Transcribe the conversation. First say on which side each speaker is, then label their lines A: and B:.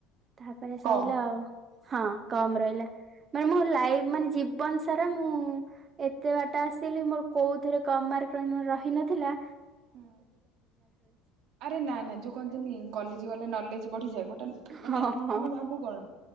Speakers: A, on the right; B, on the right.
A: ତା ପରେ ସଇଲା
B: କମ୍
A: ଆଉ ହଁ କମ୍ ରହିଲା। ମାନେ ମୋ ଲାଇଫ୍ ମାନେ ଜୀବନ ସାରା ମୁଁ ଏତେ ବାଟ ଆସିଲି ମୋର କୋଉ ଥରେ କମ୍ ମାର୍କ ରହି ନଥିଲା।
B: ହଁ ଆରେ ନା ନା ଯୋଉ କହନ୍ତି ନି। କଲେଜ ଗଲେ ନଲେଜ ବଢିଯାଏ ଗୋଟେ ମାନେ
A: ହଁ ହଁ
B: ଆମେ ଭାବୁ କଣ